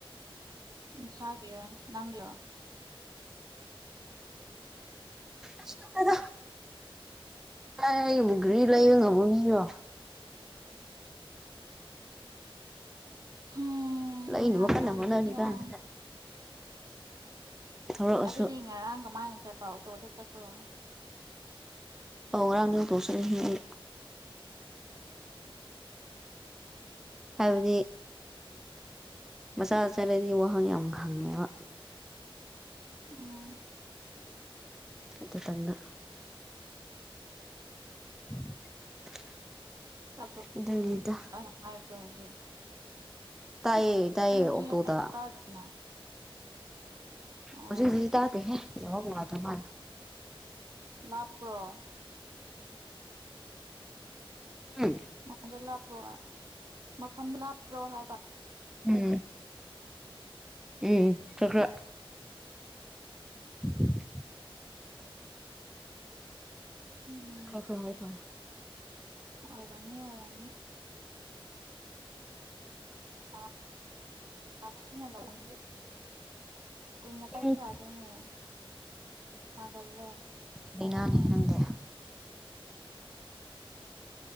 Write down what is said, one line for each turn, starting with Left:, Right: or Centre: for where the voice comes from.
Right: ꯅꯁꯥꯒꯤꯔ ꯅꯪꯒꯔ
Centre: ꯑꯁ ꯈꯪꯗꯦꯗ ꯑꯩꯕꯨꯨ ꯒ꯭ꯔꯤ ꯂꯩꯕꯉꯝꯕ ꯃꯤꯔꯣ
Right: ꯍꯝ
Centre: ꯂꯩꯅꯕ
Right: ꯅꯍꯥꯟ
Centre: ꯀꯟꯅ
Right: ꯊꯔꯤꯗꯨꯗꯤ
Centre: ꯍꯣꯠꯅꯔꯤ
Right: ꯅꯪ
Centre: ꯀꯥꯟꯁꯤꯗ ꯊꯧꯔꯛꯑꯁꯨ
Right: ꯑꯗꯨꯗꯤ ꯉꯔꯥꯡ ꯀꯃꯥꯏꯅ ꯆꯠꯄ ꯑꯣꯇꯣꯗ ꯆꯠꯄ꯭ꯔꯣ
Centre: ꯑꯧ ꯉꯔꯥꯡꯗꯤ ꯑꯣꯇꯣꯗ ꯆꯠꯂꯤꯍꯦ ꯑꯩ ꯍꯥꯏꯕꯗꯤ ꯃꯆꯥ ꯆꯠꯂꯗꯤ ꯋꯥꯍꯪ ꯌꯥꯝ ꯈꯪꯉꯦꯕ
Right: ꯎꯝ
Centre: ꯑꯇ ꯇꯟꯗ <inaudible>
Right: ꯇꯥꯗ꯭ꯔꫭ
Centre: ꯑꯗꯨꯒꯤꯅꯤꯗ
Right: ꯑꯩꯅ ꯍꯥꯏꯕꯗꯣ ꯍꯧꯖꯤꯛ
Centre: ꯇꯥꯏꯌꯦ ꯇꯥꯏꯌꯦ
Right: ꯑꯩ ꯍꯧꯖꯤꯛ
Centre: ꯑꯣꯛꯇꯣꯗ
Right: ꯍꯥꯏꯔꯤ ꯇꯥꯗ꯭ꯔꫭ ꯅꯪ ꯑꯣ
Centre: ꯍꯧꯖꯤꯛꯀꯤꯗꯨꯗꯤ ꯇꯥꯗꯦꯍꯦ ꯅꯦꯋꯥꯛ ꯅꯨꯉꯥꯏꯇ ꯃꯥꯜꯂꯤ
Right: ꯂꯥꯞꯄ꯭ꯔꯣ
Centre: ꯎꯝ
Right: ꯃꯐꯝꯗꯨ ꯂꯥꯞꯄ꯭ꯔꯣ ꯃꯐꯝ ꯂꯥꯞꯄ꯭ꯔꯣ ꯍꯥꯏꯕ
Centre: ꯎꯝ ꯎꯝ ꯈ꯭ꯔꯥ ꯈ꯭ꯔꯥ <inaudible>
Right: ꯎꯝ
Centre: ꯈ꯭ꯔ ꯈ꯭ꯔ ꯍꯥꯎꯕ
Right: ꯑꯣꯏꯔꯝꯅꯤ ꯑꯣꯏꯔꯝꯅꯤ <unintelligible> ꯁꯤꯅ <unintelligible> ꯀꯨꯏꯅ ꯄꯕ
Centre: ꯎꯝ
Right: ꯌꯥꯗꯦꯅꯦ ꯁꯥꯒꯜꯂꯦ
Centre: ꯂꯩꯅꯥꯅꯤꯅꯦ ꯅꯪꯗꯦ